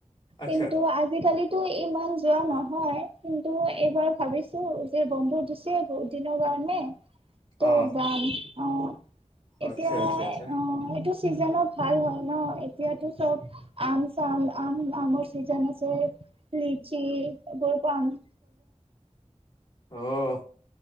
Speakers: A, on the left; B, on the right.
A: আচ্ছা
B: কিন্তু আজিকালি টো ইমান যোৱা নহয়, কিন্তু এইবাৰ ভাবিছোঁ যে, বন্ধ দিছে, বহুত দিনৰ কাৰণে ত'
A: অ
B: যাম। অ'। এতিয়াই,
A: আচ্ছা আচ্ছা আচ্ছা
B: অ', এইটো চিজনো ভাল হয় ন! এতিয়াতো চব আম-চাম, আম, আমৰ চিজন আছে। লিচ্চি, <unintelligible> পাম। <inaudible>
A: অহ।